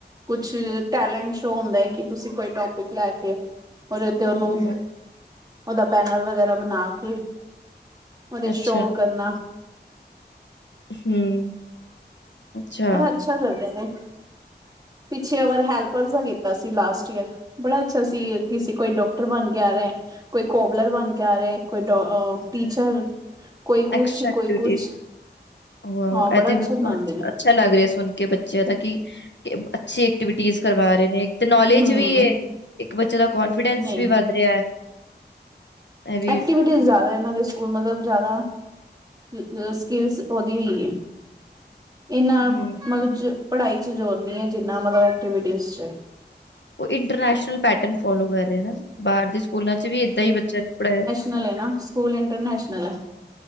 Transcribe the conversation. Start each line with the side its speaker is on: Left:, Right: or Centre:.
Right: ਕੁਛ ਟੈਲੈਂਟ ਸ਼ੋਅ ਹੁੰਦਾ ਹੈ, ਕਿ ਤੁਸੀਂ ਕੋਈ ਟੋਪਿਕ ਲੈ ਕੇ ਉਹਦੇ ਤੇ ੳਹਨੂੰ,
Left: ਹੂੰ
Right: ਓਦਾ ਪੈਨਲ ਵਗੈਰਾ ਬਣਾ ਕੇ ਉਹਦੇ
Left: ਅੱਛਾ
Right: 'ਚ ਸ਼ੋਅ ਕਰਨਾ।
Left: ਹਮ, ਅੱਛਾ।
Right: ਬੜਾ ਅੱਛਾ ਕਰਦੇ ਨੇ, ਪਿੱਛੇ ਇਕ ਵਾਰ ਹੈਲਪਰ ਦਾ ਕੀਤਾ ਸੀ ਲਾਸਟ ਈਅਰ ਬੜਾ ਅੱਛਾ ਸੀ, ਐ ਕਿਸੇ ਕੋਈ ਡਾਕਟਰ ਬਣ ਗਿਆ ਦਾ ਐ ਕੋਈ ਕੋਬਲਰ ਬਣ ਕੇ ਆ ਰਹੇ, ਕੋਈ ਡੋ ਅ ਟੀਚਰ ਕੋਈ
Left: ਐਕਸਟਰਾ
Right: ਕੁਛ -ਕੋਈ
Left: ਐਕਟੀਵਿਟੀਜ਼
Right: ਕੁਛ,
Left: ਵਾਓ
Right: ਹਾਂ ਬੜਾ
Left: ਇਹ ਤੇ
Right: ਅੱਛਾ
Left: ਮੈਨੂੰ
Right: ਬਣਾਉਂਦੇ
Left: ਅੱਛ-
Right: ਨੇ।
Left: ਅੱਛਾ ਲੱਗ ਰਿਹਾ ਸੁਣ ਕੇ ਬਚੇ ਬੱਚਿਆਂ ਦਾ ਕਿ, ਕੀਅ ਅੱਛੀ ਐਕਟੀਵਿਟੀਜ ਕਰਵਾ ਰਹੇ ਨੇ, ਤੇ ਨੌਲੇਜ
Right: ਹਮ
Left: ਵੀ ਹੈ। ਇੱਕ ਬੱਚੇਆ ਦਾ ਕਨਫੀਡੈਂਸ
Right: ਨਹੀਂ
Left: ਵੀ ਵੱਧ ਰਿਹਾ ਹੈ। ਇਹ ਵੀ
Right: ਐਕਟੀਵਿਟੀਜ਼ ਜ਼ਿਆਦਾ ਇਹਨਾਂ ਦੇ ਸਕੂਲ ਮਤਲਬ, ਜ਼ਿਆਦਾ ਸਕਲਸ ਉਹਦੀ ਹੋਈ ਹੈ ਇਹਨਾ ਮਤਲਬ
Left: ਹੂੰ
Right: ਪੜ੍ਹਾਈ 'ਚ ਜ਼ੋਰ ਨ ਹੈ, ਜਿੰਨਾ ਮਤਲਬ ਐਕਟੀਵਿਟੀਜ਼ 'ਚ ਐ।
Left: ਉਹ ਇੰਟਰਨੈਸ਼ਨਲ ਪੈਟਰਨ ਫੋਲੋ ਕਰ ਰਿਹਾ ਹੈ ਨਾ, ਬਾਹਰ ਦੇ ਸਕੂਲਾਂ 'ਚ ਵੀ ਏਦਾਂ ਹੀ ਬੱਚਿਆਂ ਨੂੰ ਪੜਾਇਆ
Right: ਨਾਲ ਇਹ ਹੈ ਨਾ, ਸਕੂਲ ਇੰਟਰਨੈਸ਼ਨਲ ਹੈ।